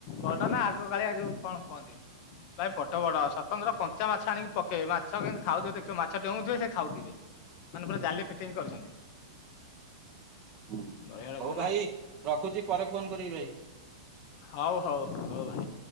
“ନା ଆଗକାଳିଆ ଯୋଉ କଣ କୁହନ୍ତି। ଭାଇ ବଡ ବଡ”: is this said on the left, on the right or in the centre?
Left